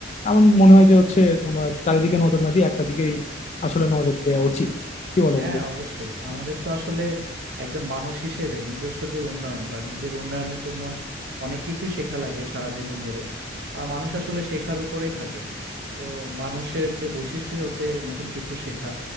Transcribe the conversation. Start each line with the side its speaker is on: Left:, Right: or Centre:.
Left: আমার মনে হয় যে হচ্ছে তোমার চারিদিকে নজর না দিয়ে একটা দিকেই আসলে নজর দেওয়া উচিত কি বলো
Right: হ্যাঁ
Left: বন্ধু
Right: অবশ্যই আমাদের তো আসলে একজন মানুষ হিসেবে নিজস্ব যে উন্নয়ন বা নিজের উন্নয়নের জন্য অনেক কিছুই শেখা লাগে সারা জীবন ধরে আহ, মানুষ আসলে শেখার উপরেই থাকে তো মানুষের যে বৈশিষ্ট্যই হচ্ছে নতুন কিছু শেখা